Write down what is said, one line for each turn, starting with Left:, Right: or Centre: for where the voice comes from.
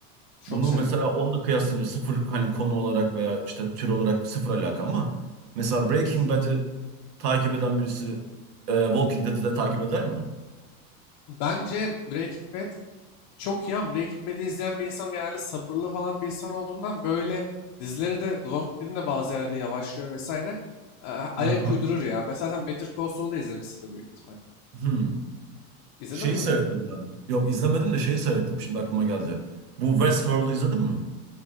Left: Çok
Right: Bunu
Left: severim.
Right: mesela onunla kıyaslayınca sıfır hani konu olarak veya işte tür olarak sıfır alaka ama mesela
Left: Evet.
Right: Breaking Bad'i takip eden birisi e, Walking Dead'i de takip eder mi?
Left: Bence Breaking Bad Çok iyi ama Breaking Bad'i izleyen bir insan genelde sabırlı falan bir insan olduğundan böyle dizileri de The Walking Dead'in de bazı yerlerde yavaşlıyor vesaire. Ee, ayak
Right: Aha.
Left: uydurur ya. Mesela sen Better Call Saul'da da izlemişsindir büyük ihtimal.
Right: Hmm.
Left: İzledin
Right: Şeyi
Left: mi?
Right: seyrettim ben. Yok izlemedim de şeyi seyrettim. Şimdi aklıma geldi. Bu Westworld'u izledin mi?